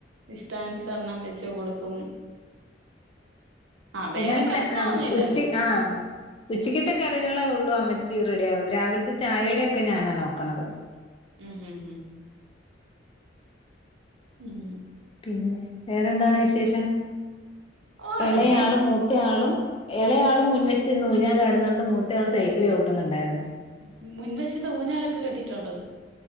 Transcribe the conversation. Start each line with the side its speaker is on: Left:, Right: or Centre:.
Right: ഇഷ്ടാനുസരണം വെച്ച് കൊടുക്കും ആഹ് വേറെ
Left: എന്നളുംന്താ
Right: പ്രശ്നൊന്നും
Left: ആഹ്
Right: ഇല്ലല്ലോ
Left: ഉച്ച ആഹ് ഉച്ചിക്കത്തെ കറികളേ ഒള്ളൂ അമ്മച്ചി റെഡിയാ രാവിലത്തെ ചായയുടെക്കെ ഞാനാ നോക്ക്ണത്
Right: മ് ഹ് ഹ് ഉം
Left: പിന്നെ വേറെന്താണ് വിശേഷം
Right: ഓഹ്
Left: ഇളയയാള്
Right: ഇവിടെ
Left: മൂ ത്തയാളും ഇളയാളും മുൻവശ്ത്ത് ര്ന്ന് ഊഞ്ഞാലാടുന്നുണ്ട് മൂത്തയാൾ സൈക്കിള് ചൗണ്ടുന്നുണ്ടായിരുന്നു
Right: ഉം മുൻവശത്ത് ഊഞ്ഞാലൊക്കെ കെട്ടിയിട്ടുണ്ടോ